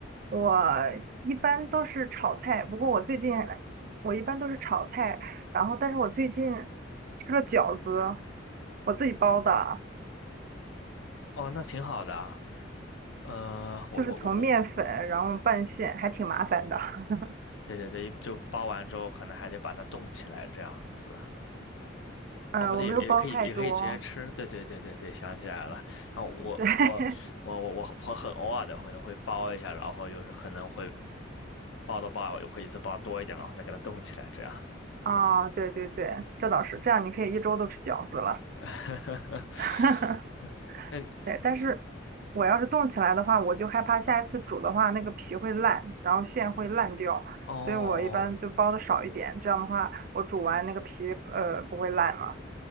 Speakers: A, on the right; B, on the left.
A: 我一般都是炒菜，不过我最近我一般都是炒菜，然后但是我最近吃了饺子，我自己包的，
B: 哦，那挺好的啊。呃，我我我我，
A: 就是从面粉然后拌馅，还挺麻烦的。<laughs>
B: 对对对，就包完之后可能还得把它冻起来这样子。
A: 嗯，
B: 哦，不对，
A: 我没有包太多，
B: 也也可以也可以直接吃。对对对对对，想起来了。然后我我我我我我很偶尔的可能会包一下，
A: 对，<laughs>
B: 然后就是可能会包的包，会一次包多一点，然后再给它冻起来这样。
A: 啊，对对对，这倒是，这样你可以一周都吃饺子了。
B: <laughs>
A: <laughs>
B: 嗯，像
A: 对，但是我要是冻起来的话，我就害怕下一次煮的话，那个皮会烂，然后馅会烂掉，
B: 哦，
A: 所以我一般就包的少一点。这样的话，我煮完那个皮呃不会烂嘛。